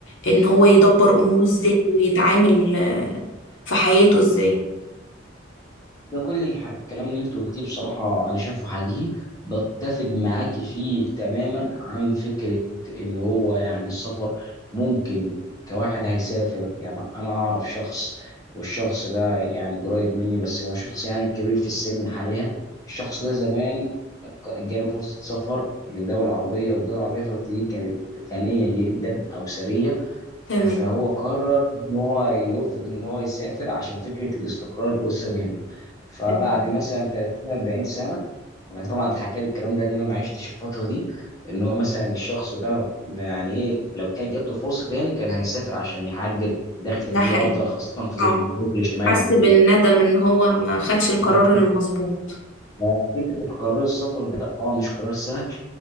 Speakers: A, on the left (about 65°); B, on the left (about 20°).
A: ان هو يدبر اموره ازاي ويتعامل آه، في حياته ازاي
B: ده كل الح... الكلام اللي انت قلتيه بصراحة أنا شايفه حقيقي بتفق معاك فيه تماما عن فكرة إن هو يعني السفر ممكن كواحد هيسافر يعني أنا أعرف شخص والشخص ده يعني قريب مني بس هو شخص يعني كبير في السن حاليا الشخص ده زمان ك- جاله فرصة سفر لدولة عربية والدولة العربية في الوقت دي كانت غنية جدا أو ثرية
A: تمام
B: فهو قرر إن هو يرفض إن هو يسافر عشان فكرة الاستقرار الأسري هنا فبعد
A: تمام.
B: مثلا 30 40 سنه انا طبعا اتحكى لي الكلام ده ان انا ما عشتش الفتره دي ان هو مثلا الشخص ده يعني ايه لو كانت جات له فرصه تاني كان هيسافر عشان يحقق دخل
A: ده حقيقي
B: ليه افضل خاصه في ظل
A: اه
B: الظروف الاجتماعيه
A: حس
B: اللي احنا
A: بالندم
B: فيها
A: ان هو ما خدش القرار
B: بالظبط.
A: المظبوط
B: ففكره قرار السفر ده اه مش قرار سهل